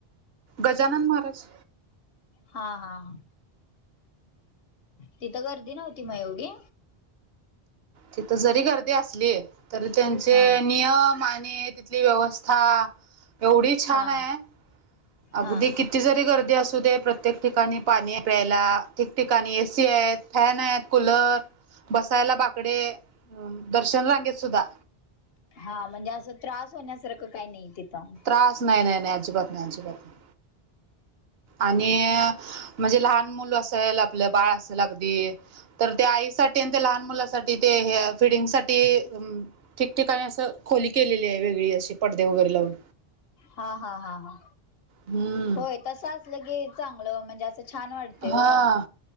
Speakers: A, on the right; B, on the left.
A: गजानन महाराज.
B: हा हा ह, तिथं गर्दी नव्हती मग एवढी?
A: तिथं जरी गर्दी असलीय. तर त्यांचे
B: हा
A: नियम आणि तिथली व्यवस्था. एवढी छान
B: हा
A: आहे, अगदी
B: हा
A: किती ज री गर्दी असू दे प्रत्येक ठिकाणी पाणी प्यायला ठिकठिकाणी एसी आहेत. फॅन आहेत कुलर, बसायला बाकडे, दर्शन रांगेत सुद्धा.
B: हा म्हणजे असं त्रास होण्यासारखं काही नाही तिथं.
A: त्रास! नाही नाही नाही, अजिबात नाही, अजिबात नाही आणि. म्हणजे लहान मुलं असेल आपलं बाळ असेल अगदी तर त्या आईसाठी आणि त्या लहान मुलासाठ तिथे ह्या फिडिंग साठी ठिकठिकाणी असं खोली केलेली आहे वेगळी अशी. पडदे वैगेरे लावून
B: हा हा हा हा...
A: हम्म..
B: होय तसं असलं की चांगलं बगा म्हणजे. अस छान वाटते
A: हा
B: ओ